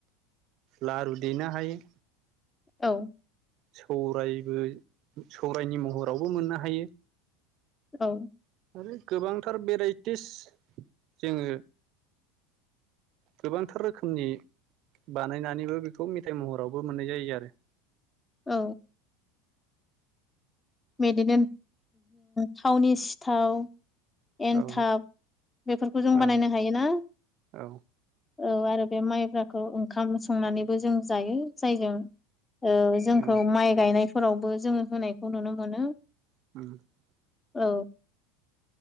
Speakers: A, on the right; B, on the left.
A: लारु देनो हायो।
B: औ।
A: सौरायबो सौरायनि महरावबो मोननो हायो।
B: औ।
A: आरो गोबांथार भेराइटिस जोङो गोबांथार रोखोमनि बानायनानैबो बेखौ मेथाइ महरावबो मोननाय जायो आरो।
B: औ। बेदिनो थावनि सिथाव
A: आरो
B: एन्थाब बेफोरखौ जों
A: औ
B: बानायनो हायोना?
A: औ
B: औ आरो बे माइब्राखौ ओंखाम संनानैबो जों जायो। जायजों जोंखौ
A: औ
B: माइ गायनायफोरावबो जोङो होनायखौ नुनो मोनो।
A: <inaudible>
B: औ।